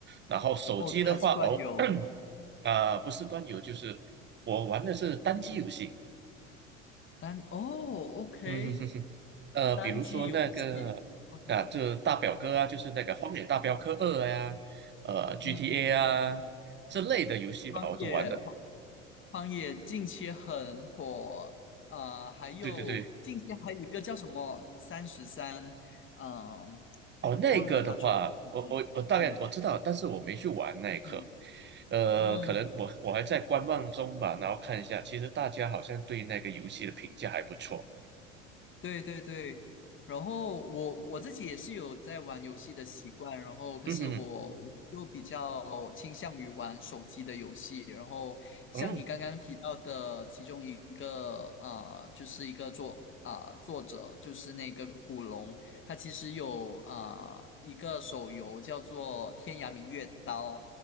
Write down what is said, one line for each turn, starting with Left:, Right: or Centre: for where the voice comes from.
Right: 然后手机的话，
Left: 哦，还是端游
Right: 哦，啊、不是端游，就是我玩的是单机游戏，
Left: 单哦，OK，
Right: 嗯，呃，
Left: 单机游戏，OK，
Right: 比如说那个啊，这大表哥啊，就是那个《荒野大镖客二》呀，呃，GTA
Left: 嗯，
Right: 啊这类的游戏吧，
Left: 荒野荒
Right: 我都玩的。
Left: 荒野近期很火，呃，还有近期还有一个叫什么三十三，
Right: 对对对，
Left: 嗯，
Right: 哦，
Left: 我忘了他中文名字，
Right: 那个的话，我我我大概我知道，
Left: 嗯
Right: 但是我没去玩那一刻。
Left: 嗯
Right: 呃，
Left: 嗯，
Right: 可能我我还在观望中吧，然后看一下，其实大家好像对那个游戏的评价还不错。
Left: 对对对，然后我我自己也是有在玩游戏的习惯，然后可是我我就比较倾向于玩手机的游戏，
Right: 嗯哼
Left: 然后像你刚刚提到的其中一个啊，
Right: 嗯，
Left: 呃就是一个作啊、作者就是那个古龙，他其实有啊、呃一个手游叫做《天涯明月刀》，